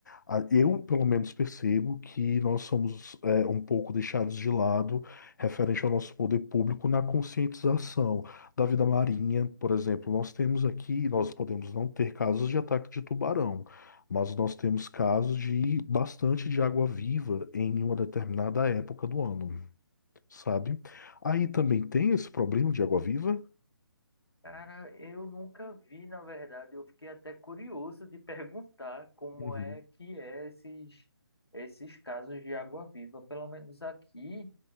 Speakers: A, on the left; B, on the left.
A: a- eu pelo menos percebo que nós somos é, um pouco deixados de lado referente ao nosso poder público na conscientização da vida marinha, por exemplo, nós temos aqui, nós podemos não ter casos de ataque de tubarão, mas nós temos casos de bastante de água-viva em uma determinada época do ano, sabe? Aí também tem esse problema de água-viva?
B: Cara, eu nunca vi, na verdade, eu fiquei até curioso de perguntar como
A: Uhum,
B: é que é esses, esses casos de água-viva. Pelo menos aqui.